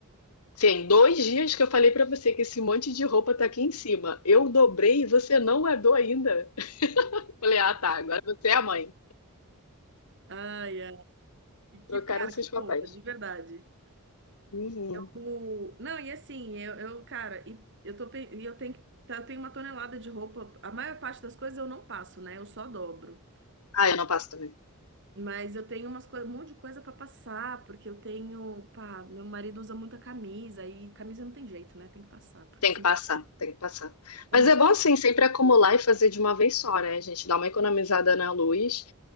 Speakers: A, on the left; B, on the right.
A: Sim, dois dias que eu falei pra você que esse monte de roupa tá aqui em cima. Eu dobrei e você não guardou ainda. <laughs> falei: Ah, tá, agora você é a mãe.
B: Ai, ai, que que-
A: Trocaram
B: cara,
A: seus
B: que
A: papéis.
B: fofa, de verdade.
A: Uhum.
B: O... Não, e assim, eu, eu, cara, e eu tô, pe- e eu tenho, que- eu tenho uma tonelada de roupa, a maior parte das coisas eu não passo, né? Eu só dobro.
A: Ah, eu não passo também.
B: Mas eu tenho umas coi- um monte de coisa para passar, porque eu tenho, pá, meu marido usa muita camisa e camisa não tem jeito, né? Tem que passar, porque
A: Tem
B: senão
A: que passar, tem que passar.
B: fica
A: Mas
B: muito
A: é bom assim, sempre acumular e fazer de uma vez só, né? A gente dá uma economizada na luz,